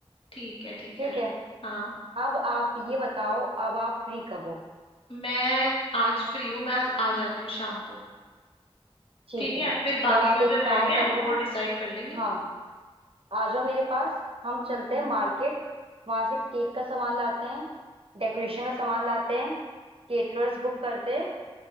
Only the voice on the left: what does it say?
ठीक है ठीक
है
हाँ
मैं आज फ्री हूँ मैं आज आ जाती हूँ शाम को
ठीक है
फिर बाकी
का
जो
रह गया
है वो डिसाइड कर लेंगे
हम्म